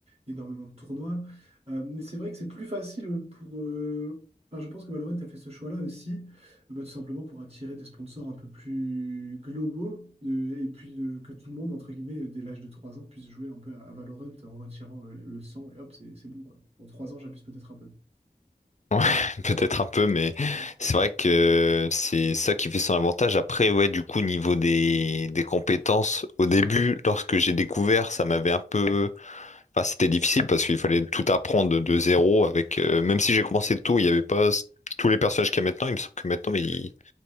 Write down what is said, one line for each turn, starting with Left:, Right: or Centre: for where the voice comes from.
Right: énormément de tournois. Euh, mais c'est vrai que c'est plus facile pour. euh, enfin, je pense que Valorant a fait ce choix-là aussi bah, tout simplement pour attirer des sponsors un peu plus globaux euh, et puis euh, que tout le monde, entre guillemets, dès l'âge de 3 ans, puisse jouer un peu à, à Valorant en retirant euh, le sang et hop, c'est c'est bon quoi. En 3 ans, j'abuse peut-être un peu.
Left: Ouais, <laughs> peut-être un peu, mais c'est vrai que c'est ça qui fait son avantage. Après, ouais, du coup, niveau des, des compétences, au début, lorsque j'ai découvert, ça m'avait un peu Enfin, c'était difficile parce qu'il fallait tout apprendre de, de zéro avec euh, même si j'ai commencé tôt, il n'y avait pas s- tous les personnages qu'il y a maintenant. Il me semble que maintenant ils,